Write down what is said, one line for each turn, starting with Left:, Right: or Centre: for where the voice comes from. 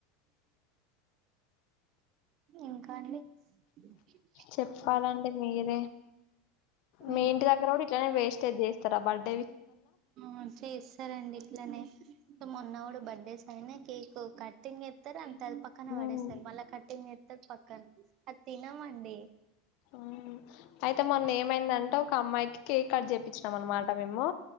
Right: ఇంకా అండి ఇ
Left: చెప్పాలండి మీరే,
Right: ఆ
Left: మీ ఇంటి దగ్గర గుడ ఇట్లనే వేస్టెజ్ చేస్తరా బడ్
Right: ఆ చేస్ తరండి ఇట్లనే, తో మొన్న గుడ బర్త్డేస్ అయినై, కేక్ కటింగ్ స్తారు అంతే అది పక్కన
Left: ఉమ్,
Right: పడేస్తరు, మళ్ళా కట్టింగ్ చేత్తరు పక్కన్ అది తినమండి
Left: ఉమ్. అయితే
Right: ఉమ్
Left: మొన్న
Right: కేస్త్
Left: ఏమైందంటే ఒక అమ్మాయికి కేక్ కట్ చేపించినాం అనమాట మేము